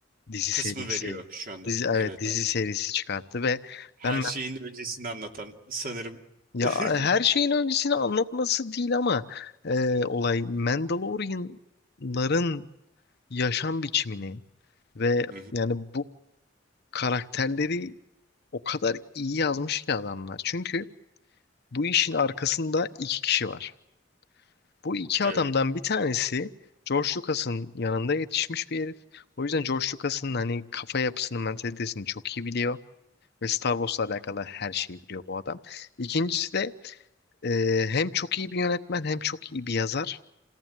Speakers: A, on the left; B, on the right.
A: dizi
B: Kısmı
A: serisi,
B: veriyor şu anda.
A: dizi, evet
B: Evet
A: dizi
B: abi.
A: serisi çıkarttı ve
B: Her
A: ben
B: şeyin öncesini anlatan sanırım.
A: ya
B: <laughs>
A: e, her şeyin öncesini anlatması değil ama e, olay Mandalorianların yaşam biçimini ve
B: Hı hı.
A: yani bu karakterleri o kadar iyi yazmış ki adamlar. Çünkü bu işin arkasında iki kişi var. Bu iki
B: Evet.
A: adamdan bir tanesi George Lucas'ın yanında yetişmiş bir herif. O yüzden George Lucas'ın hani kafa yapısını, mentalitesini çok iyi biliyor ve Star Wars'la alakalı her şeyi biliyor bu adam. İkincisi de Ee, hem çok iyi bir yönetmen hem çok iyi bir yazar